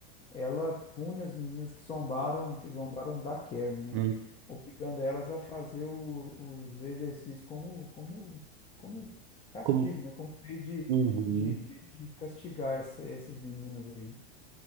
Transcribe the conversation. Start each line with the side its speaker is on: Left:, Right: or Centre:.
Left: ela pune as meninas que zombaram, que zombaram da Carrie, né?
Right: Uhum.
Left: Obrigando elas a fazer o- os exercícios como, como, como castigo,
Right: Como-
Left: né? Como meio de,
Right: Uhum.
Left: de, de, de castigar essa- essas meninas aí.